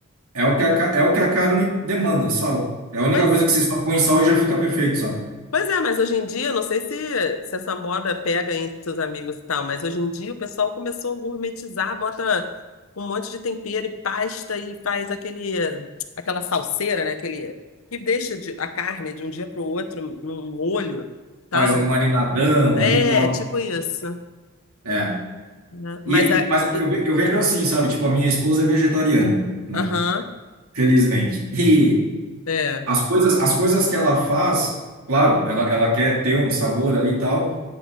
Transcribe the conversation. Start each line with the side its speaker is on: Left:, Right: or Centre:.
Right: é o que a, ca- é o que a carne demanda, sal. É a única
Left: Pois
Right: coisa que você só põe sal e já fica perfeito, sabe?
Left: Pois é, mas hoje em dia, eu não sei se, se essa moda pega entre seus amigos e tal, mas hoje em dia o pessoal começou a gourmetizar, bota um monte de tempero e pasta e faz aquele, aquela salseira, né? Aquele, que deixa de- a carne de um dia para o outro num molho, tal.
Right: Faz um marinadão
Left: É,
Right: ali e tal.
Left: tipo isso.
Right: É.
Left: né?
Right: E,
Left: Mas
Right: e-
Left: a,
Right: mas
Left: e-
Right: eu, ve- eu vejo assim, sabe? Tipo, a minha esposa é vegetariana, né?
Left: aham,
Right: Felizmente. E
Left: é,
Right: as coisas, as coisas que ela faz, claro, ela, ela quer ter um sabor ali e tal,